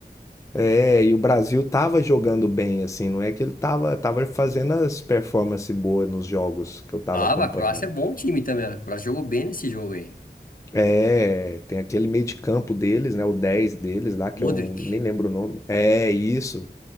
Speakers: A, on the left; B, on the left.
A: É, e o Brasil tava jogando bem, assim, não é que ele tava, tava fazendo as performances boas nos jogos que eu tava
B: Tava,
A: acompanhando.
B: a Croácia é bom time também. A Croácia jogou bem nesse jogo aí.
A: É, tem aquele meio de campo deles, né? O 10 deles lá, que
B: Modric,
A: é um. Nem lembro o nome. É, isso.